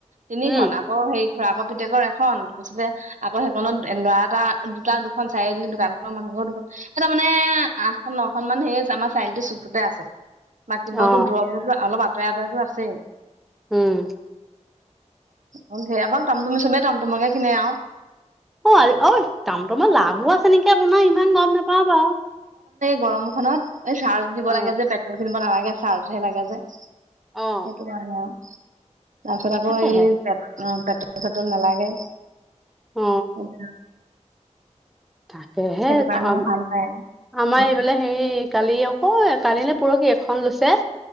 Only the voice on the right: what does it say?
তিনিখন
আকৌ হেৰি খুৰাকৰ পিতেকৰ এখন তাৰপিছতে আকৌ সেইকনত ল'ৰা এটা দুটা দুখন চাৰিআলি দোকানখনৰ মানুহ ঘৰৰ দুখন সেই তাৰ মানে আঠ আঠখন নখন মান সেয়ে। আমাৰ চাৰিআলিটো চুকটোতে আছে বাকীবোৰতো
দূৰবোৰতো অলপ আঁতৰে আঁতৰেতো আছেই।
অকল হেৰি টমটম চবেই টমটমকে কিনে আৰু।
গৰম খনত এই চাৰ্জ দিব
লাগে যে পেট্ৰল কিনিব নালাগে চাৰ্জ হে লাগে যে। সেইটো
কাৰনে আৰু। তাৰ পিছত আকৌ
এই পে পেটল চেটল নালাগে। <inaudible>
সেইটো কাৰণে
ভাল পায়
উম